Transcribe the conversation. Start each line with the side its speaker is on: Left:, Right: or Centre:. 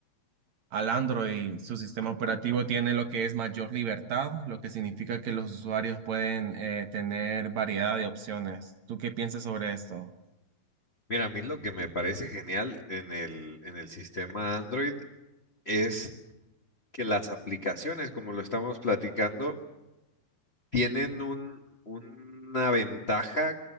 Right: al Android. Su sistema operativo tiene lo que es mayor libertad, lo que significa que los usuarios pueden eh, tener variedad de opciones. ¿Tú qué piensas sobre esto?
Left: Mira, a mí lo que me parece genial en el, en el sistema Android es que las aplicaciones, como lo estamos platicando, tienen un, una ventaja